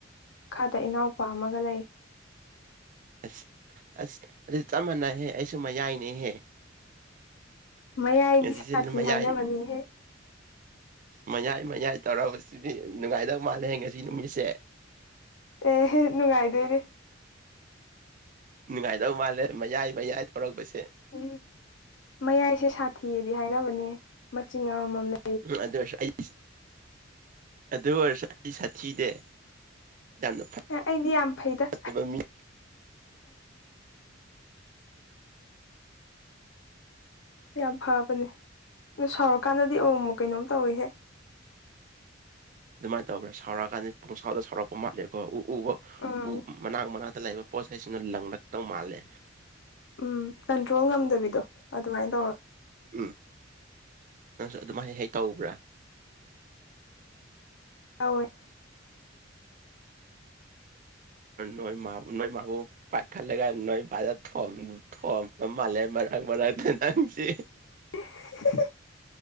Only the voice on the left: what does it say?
ꯃꯈꯥꯗ ꯏꯅꯥꯎꯄꯥꯝ ꯑꯃꯒ ꯂꯩ
ꯃꯌꯥꯏꯗꯤ
ꯁꯥꯊꯤ
ꯍꯥꯏꯅꯕꯅꯤꯍꯦ
ꯑꯦꯍ‌ꯦ ꯅꯨꯡꯉꯥꯏꯗꯣꯏꯅꯦ
ꯎꯝ ꯃꯌꯥꯏꯁꯦ ꯁꯥꯊꯤꯌꯦꯗꯤ ꯍꯥꯏꯅꯕꯅꯦ ꯃꯆꯤꯡ ꯑꯃꯃꯝ ꯂꯩ
ꯑꯦ ꯑꯩꯗꯤ ꯌꯥꯝ ꯐꯩꯗ
ꯌꯥꯝ ꯐꯕꯅꯦ ꯑꯗꯨ ꯁꯥꯎꯔꯛꯀꯥꯟꯗꯗꯤ ꯑꯃꯨꯛ ꯑꯃꯨꯛ ꯀꯩꯅꯣꯝ ꯇꯧꯋꯤꯍꯦ
ꯎꯝ
ꯎꯝ ꯀꯟꯇ꯭ꯔꯣꯜ ꯉꯝꯗꯕꯤꯗꯣ ꯑꯗꯨꯃꯥꯏꯅ ꯇꯧꯔ
ꯇꯧꯋꯤ
<unintelligible> <inaudible>